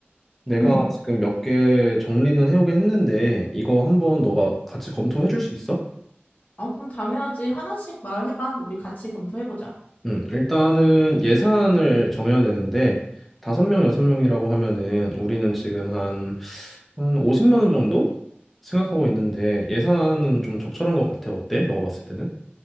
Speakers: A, in the centre; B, on the left (about 40°).
A: 내가
B: 음.
A: 지금 몇 개 정리는 해오긴 했는데 이거 한번 너가 같이 검토해 줄 수 있어?
B: 아, 그럼 당연하지. 하나씩 말해봐. 우리 같이 검토해보자.
A: 음, 일단은 예산을 정해야 되는데 다섯 명, 여섯 명이라고 하면은 우리는 지금 한 50만 원 정도 생각하고 있는데 예산은 좀 적절한 것 같아. 어때? 너가 봤을 때는?